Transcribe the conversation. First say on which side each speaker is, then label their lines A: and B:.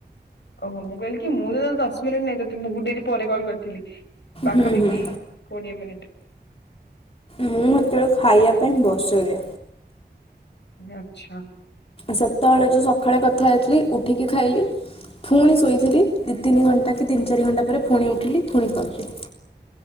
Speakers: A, on the left; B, on the left.
A: ଓହୋ ମୁଁ କହିଲି କି ମୁଁ ତ ଦଶ ମିନିଟ ନାହିଁ ତତେ ବୋହୁତ ଡରି ପରେ କଲ କରିଥିଲି। ପାଖାପାଖି
B: ହୁଁ ହୁଁ
A: କୋଡିଏ ମିନିଟ୍।
B: ମୁଁ ସେତେବେଳେ ଖାଇବା ପାଇଁ ବସରେ
A: ଆଚ୍ଛା
B: ସେତେବେଳେ ଯୋଉ ସକାଳେ କଥା ହେଇ ଉଠିକି ଖାଇଲି। ପୁଣି ଶୋଇଥିଲି ଦିଇ ତିନି ଘ ବାକି ତିନି ଚାରି ଘଣ୍ଟା ପରେ ପୁଣି ଉଠିଲି ପୁଣି ଖାଉଚି।